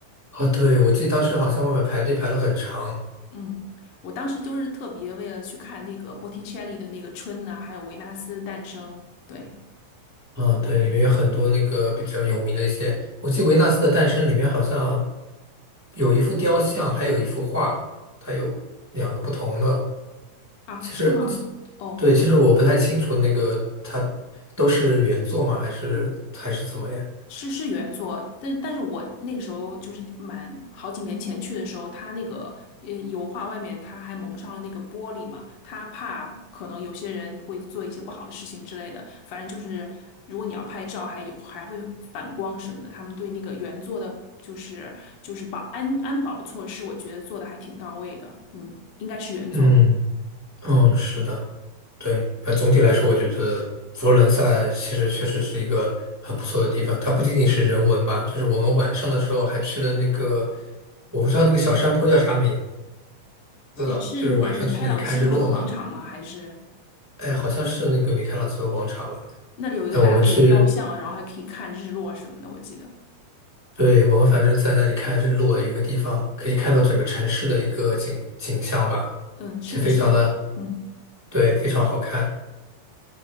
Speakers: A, on the right; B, on the left.
A: 哦，对，我记得当时好像外面排队排了很长。
B: 嗯，我当时就是特别为了去看那个波提切利的那个春呐、还有维纳斯诞生。对，
A: 嗯，
B: 哦
A: 对，里面有很多那个比较有名的一些，我记得《维纳斯的诞生》里面好像有一幅雕像，还有一幅画，它有两个不同的。
B: 啊，
A: 其实，
B: 是吗？哦，
A: 对，其实我不太清楚那个它都是原作吗？还是还是怎么样？
B: 是是原作，但但是我那个时候就是满好几年前去的时候，它那个呃油画外面它还蒙上了那个玻璃嘛，它怕可能有些人会做一些不好的事情之类的。反正就是如果你要拍照，还有还会反光什么的，他们对那个原作的，就是就是保安安保措施，我觉得做的还挺到位的。嗯，应该是原作，
A: 嗯嗯，是的，对，反正总体来说，我觉得佛罗伦萨其实确实是一个很不错的地方。它不仅仅是人文吧，就是我们晚上的时候还去了那个，我不知道那个小山坡叫啥名斯了，
B: 也是米开朗基罗的广场吗？
A: 就是晚上去那里看日落嘛。
B: 还是
A: 哎，好像是那个米开朗基罗广场吧？
B: 那里有一个大卫的雕像，
A: 哎，我们去，
B: 然后还可以看日落什么的，我记得。
A: 对，我们反正在那里看日落，有一个地方可以看到整个城市的一个景景象吧，
B: 嗯，是的，
A: 这非常的，
B: 是的，我嗯，
A: 对，非常好看。